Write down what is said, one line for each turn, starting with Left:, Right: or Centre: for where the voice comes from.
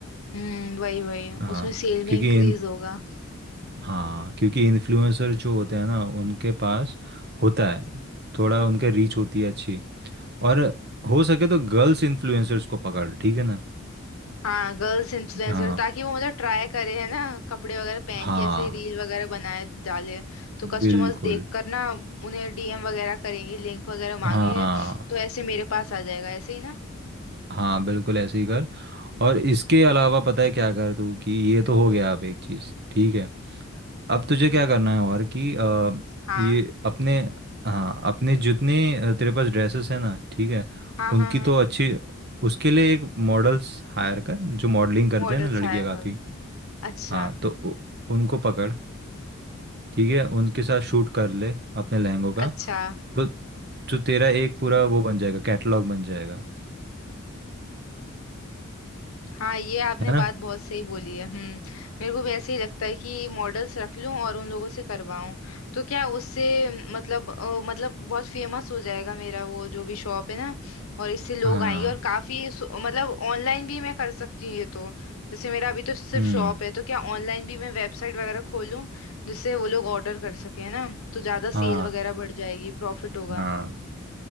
Left: हम्म वही वही
Right: हाँ
Left: उसमें सेल
Right: क्योंकि
Left: में इंक्रीज
Right: इन
Left: होगा
Right: हाँ क्योंकि इन्फ्लुएंसर जो होते हैं ना उनके पास होता है थोड़ा उनके रीच होती है अच्छी और हो सके तो गर्ल्स इन्फ्लुएंसर्स को पकड़ ठीक है ना
Left: हाँ गर्ल्स इन्फ्लुएंसर
Right: हाँ
Left: ताकि वो मतलब ट्राई करे है ना कपड़े वगैरह पहन
Right: हाँ
Left: के ऐसे रील वगैरह बनाए डाले तो कस्टमर्स
Right: बिल्कुल
Left: देख कर ना उन्हें डीएम वगैरह करेंगे लिंक वगैरह
Right: हाँ
Left: मांगेंगे तो ऐसे मेरे पास आ जाएगा ऐसे ही ना
Right: हाँ बिल्कुल ऐसे ही कर और इसके अलावा पता है क्या कर तू कि ये तो हो गया अब एक चीज़ ठीक है अब तुझे क्या करना है और कि अ,
Left: हाँ
Right: ये अपने हाँ अपने जितने अ, तेरे पास ड्रेसेस है ना ठीक है
Left: हाँ
Right: उनकी
Left: हाँ हाँ
Right: तो अच्छी उसके लिए एक मॉडल्स हायर कर जो मॉडलिंग करते
Left: मॉडल्स
Right: हैं ना लड़कियाँ
Left: हायर
Right: काफ़ी
Left: करो अच्छा
Right: हाँ तो उ- उनको पकड़ ठीक है उनके साथ शूट कर ले अपने लहंगों का
Left: अच्छा
Right: तो जो तेरा एक पूरा वो बन जाएगा कैटलॉग बन जाएगा
Left: हाँ ये आपने
Right: है ना
Left: बात बहुत सही बोली है हम्म मेरे को भी ऐसे ही लगता है कि मॉडल्स रख लूं और उन लोगों से करवाऊं तो क्या उससे मतलब अ, मतलब बहुत फेमस हो जाएगा मेरा वो जो भी शॉप है ना और इससे लोग
Right: हाँ
Left: आएंगे और काफी सु- मतलब ऑनलाइन भी मैं कर सकती हूँ ये तो जैसे मेरा अभी तो सिर्फ
Right: हम्म
Left: शॉप है तो क्या ऑनलाइन भी मैं वेबसाइट वगैरह खोलूं जिससे वो लोग ऑर्डर कर सके है ना तो ज्यादा
Right: हाँ
Left: सेल वगैरह बढ़ जाएगी प्रॉफिट होगा
Right: हाँ